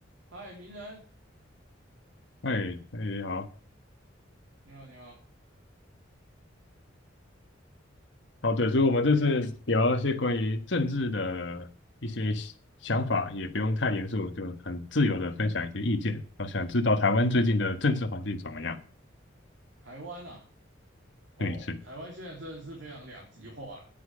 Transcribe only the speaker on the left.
哎哎，好
哦对，所以我们这次聊一些关于政治的一些想法，也不用太严肃，就很自由的分享一些意见。我想知道台湾最近的政治环境怎么样？
对，是